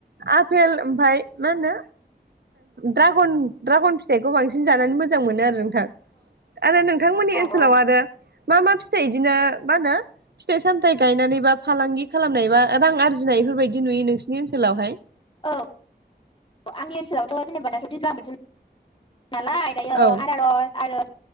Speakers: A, on the right; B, on the left.
A: आफेल ओमफ्राय मा होनो द्रागन ड्रागन फिथाइखौ बांसिन जानानै मोजां मोनो आरो नोंथां आरो नोंथांमोननि ओनसोलाव
B: औ
A: आरो मा मा फिथाइ बिदिनो मा होनो फिथाइ सामथायाइ गायनानै बा फालांगि खालामनाय बा रां आरजिनाय बेफोरबायदि नुयो नोंसिनि ओनसोलावहाय
B: औ आंनि ओनसोलावथ' जनोबाथ'दि जाब नालायआरो
A: औ